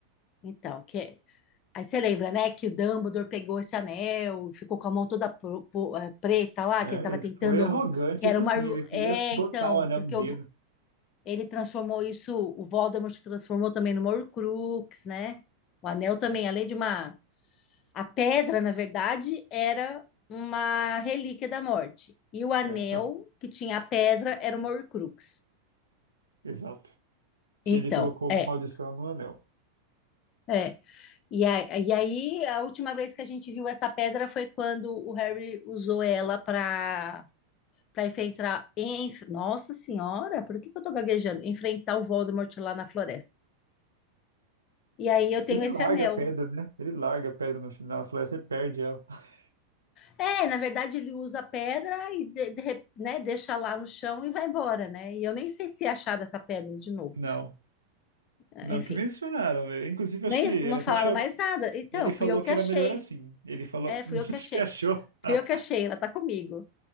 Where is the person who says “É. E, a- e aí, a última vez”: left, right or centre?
Left